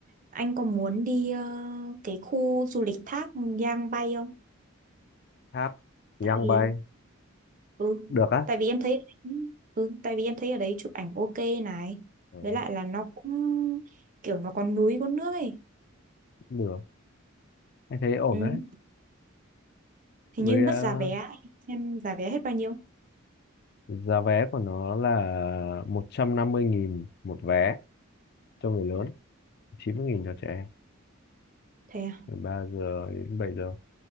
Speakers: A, on the right (about 40°); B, on the left (about 50°).
A: anh có muốn đi ờ, cái khu du lịch thác Giang Bay không
B: hát Young
A: tại vì
B: bay
A: ừ
B: được á
A: tại vì em thấy ở đấy, ừ tại vì em thấy ở đấy chụp ảnh ok này
B: ừ,
A: với lại là nó cũng kiểu nó có núi có nước ấy
B: được anh thấy ổn
A: ừ
B: đấy
A: hình
B: với
A: như mất
B: ờ,
A: giá vé em giá vé hết bao nhiêu
B: giá vé của nó là một trăm năm mươi nghìn một vé cho người lớn chín mươi nghìn cho trẻ em
A: thế à?
B: từ 3 giờ đến 7 giờ